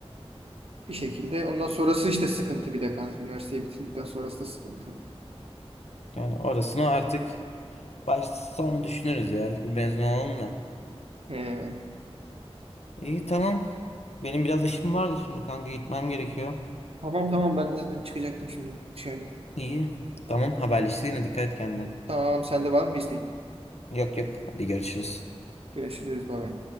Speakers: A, on the right; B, on the left.
A: Bir şekilde. Ondan sonrası işte sıkıntı bir de kanka. Üniversiteyi bitirdikten sonrası da sıkıntı.
B: Yani orasını artık Başta sonra düşünürüz ya. Bir mezun olalım da.
A: Ee,
B: İyi tamam. Benim biraz işim vardı şimdi kanka gitmem gerekiyor.
A: tamam tamam ben de zaten çıkacaktım şimdi dışarı.
B: İyi. Tamam haberleşiriz yine dikkat et kendine.
A: Tamam sende var mı bir isteğin?
B: Yok yok hadi görüşürüz.
A: Görüşürüz. Bay bay.